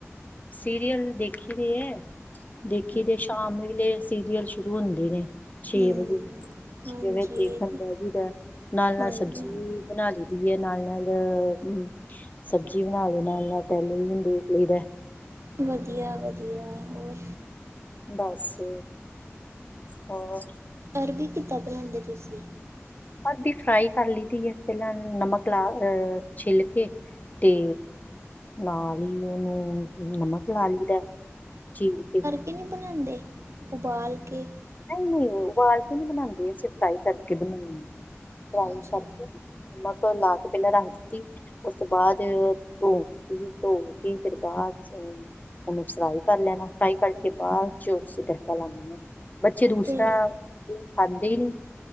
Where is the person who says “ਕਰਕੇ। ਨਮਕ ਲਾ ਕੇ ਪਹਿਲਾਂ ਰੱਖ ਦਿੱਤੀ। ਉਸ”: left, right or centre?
Left